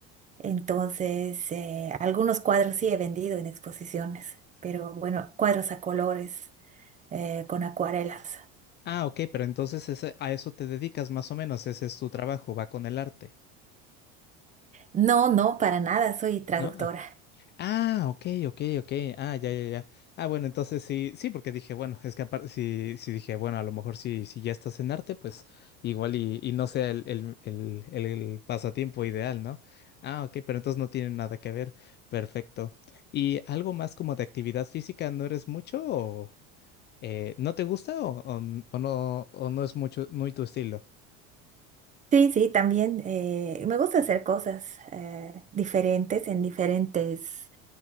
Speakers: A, on the right (about 25°); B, on the left (about 35°).
A: Entonces, eh, algunos cuadros sí he vendido en exposiciones, pero bueno, cuadros a colores eh, con acuarelas.
B: Ah, ok, pero entonces ese- a eso te dedicas más o menos, ese es tu trabajo, va con el arte,
A: No, no, para nada, soy traductora.
B: ¿no? Ah, ok, ok, ok. Ah, ya, ya, ya. Ah, bueno, entonces sí, sí, porque dije, bueno, es que aparte, sí, sí dije, bueno, a lo mejor si, si ya estás en arte, pues igual y, y no sea el, el, el, el pasatiempo ideal, ¿no? Ah, ok, pero entonces no tiene nada que ver. Perfecto. ¿Y algo más como de actividad física, no eres mucho o eh, no te gusta o, o, o no, o no es mucho, muy tu estilo?
A: Sí, sí, también eh, me gusta hacer cosas eh, diferentes en diferentes